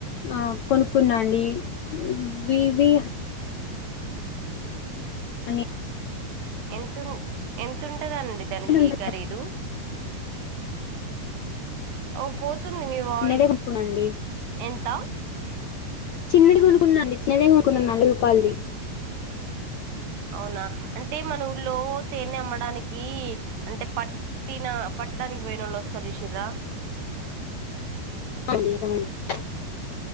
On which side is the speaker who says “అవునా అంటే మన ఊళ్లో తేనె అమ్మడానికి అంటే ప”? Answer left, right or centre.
Right